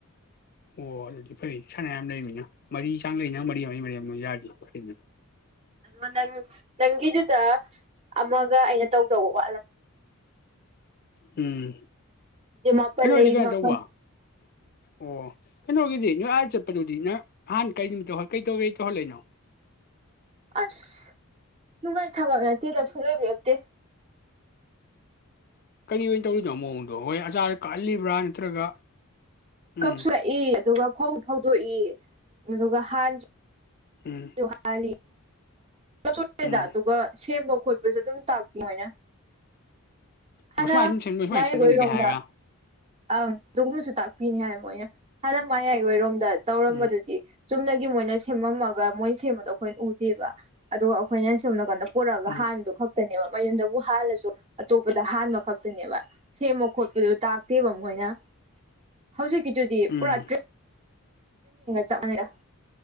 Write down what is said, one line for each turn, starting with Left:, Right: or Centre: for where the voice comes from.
Left: ꯑꯣ ꯑꯗꯨꯗꯤ ꯐꯩ ꯁꯅꯥꯌꯥꯝ ꯂꯩꯃꯤꯅꯤꯅ ꯃꯔꯤ ꯆꯥꯡ ꯂꯩꯅꯤ ꯃꯔꯤ ꯑꯃꯒꯤ ꯃꯔꯤ ꯌꯥꯗꯤꯦ ꯐꯅ
Right: ꯎꯝ ꯅꯪꯗꯨꯗ ꯑꯃꯃꯒ ꯑꯩꯅ ꯇꯧ ꯇꯧꯕ
Left: ꯑ ꯎꯝ
Right: ꯏ ꯃꯥꯄ
Left: ꯀꯩꯅꯣꯗꯤ
Right: ꯂꯩꯔꯤ
Left: ꯀꯩꯅꯣ
Right: ꯃꯄ
Left: ꯇꯧꯕ ꯑꯣ ꯀꯩꯅꯣꯒꯤꯗꯤ ꯅꯣꯏ ꯑꯥ ꯆꯠꯄꯗꯨꯗꯤ ꯅꯪ ꯑꯍꯥꯟ ꯀꯔꯤ ꯅꯨꯃꯤꯠꯇꯧ ꯀꯩ ꯇꯧ ꯀꯩ ꯇꯧꯍꯜꯂꯏꯅꯣ
Right: ꯑꯁ ꯅꯨꯡꯉꯥꯏ ꯊꯕꯛ ꯅꯠꯇꯦꯗꯁꯨꯨꯡ ꯂꯩꯕꯤꯔꯛꯇꯦ
Left: ꯀꯔꯤ ꯑꯣꯏꯅ ꯇꯧꯔꯤꯅꯣꯃꯣꯑꯣ ꯑꯗꯣ ꯍꯣꯏ ꯑꯆꯥꯔꯗ ꯀꯛꯍꯜꯂꯤꯕ꯭ꯔꯥ ꯅꯠꯇ꯭ꯔꯒ ꯎꯝ
Right: ꯀꯁ ꯑꯦ ꯑꯗꯨꯒ ꯐꯧ ꯐꯧꯗꯣꯛꯏ ꯑꯗꯨꯒ ꯍꯥꯟꯅꯁꯨ
Left: ꯎꯝ
Right: ꯍ ꯍ ꯦꯗ
Left: ꯎꯝ
Right: ꯑꯗꯨꯒꯒ ꯁꯃ ꯈꯣꯠꯄꯁꯨ ꯑꯗꯨꯝ ꯇꯥꯛ ꯃꯣꯏꯅ ꯍꯅ
Left: ꯑꯣ ꯁꯨꯃꯥꯏꯅ ꯁꯨꯝ ꯁꯦꯝꯗꯣꯏ ꯁꯨꯃꯥꯏꯅ
Right: ꯃꯥꯥꯏ
Left: ꯁꯦꯝꯗꯣꯏꯅꯤꯒ
Right: ꯑꯣꯏꯔꯣꯝꯗ
Left: ꯍꯥꯏꯔꯒ
Right: ꯑꯪ ꯇꯒꯨꯝꯃꯁꯨ ꯇꯥꯛ ꯄꯤꯅꯤ ꯍꯥꯏꯔ ꯃꯣꯏꯅ ꯍꯥꯟꯅ ꯃꯌꯥꯏ ꯑꯣꯏꯔꯣꯝꯗ ꯇꯧꯔꯝꯕꯗꯨꯗꯤ
Left: ꯎꯝ
Right: ꯆꯨꯝꯅꯒꯤ ꯃꯣꯏꯅ ꯍꯦꯃ ꯃꯒꯒꯥ ꯃꯣꯏ ꯁꯦꯝꯕꯗꯣ ꯑꯩꯈꯣꯏꯅ ꯎꯗꯦꯕ ꯑ ꯑꯩꯈꯣꯏꯅ ꯁꯣꯅ ꯀꯟꯗ ꯄꯨꯔꯛꯑꯒ
Left: ꯎꯝ
Right: ꯍꯥꯟꯗꯣ ꯈꯛꯇꯅꯦꯕ ꯃꯌꯨꯝꯗꯕꯨ ꯍꯥꯜꯂꯁꯨ ꯑꯇꯣꯞ ꯗ ꯑꯍꯥꯟꯕ ꯈꯛꯇꯅꯦꯕ ꯁꯦꯝꯕ ꯈꯣꯠꯄꯗꯨ ꯇꯥꯛꯇꯦꯕ ꯃꯣꯏꯅ ꯍꯧꯖꯤꯛꯀꯤꯗꯨꯗꯤ
Left: ꯎꯝ
Right: ꯄꯨꯔꯥ ꯇꯦ ꯆꯞ ꯃꯅꯔ